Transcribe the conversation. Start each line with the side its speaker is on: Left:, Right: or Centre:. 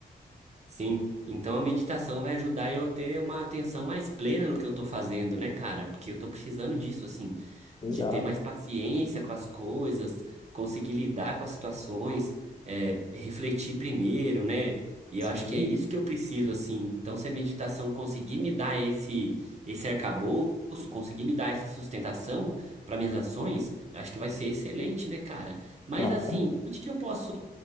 Right: Sim, então a meditação vai ajudar eu a ter uma atenção mais plena no que eu tô fazendo, né, cara? Porque eu tô precisando disso, assim,
Left: Exato.
Right: de ter mais paciência com as coisas, conseguir lidar com as situações, é, refletir primeiro, né? E
Left: Sim,
Right: eu acho que é isso que eu preciso, assim. Então, se a meditação conseguir me dar esse, esse arcabouço, conseguir me dar essa sustentação para minhas ações, eu acho que vai ser excelente, né, cara? Mas
Left: claro.
Right: assim, onde que eu posso.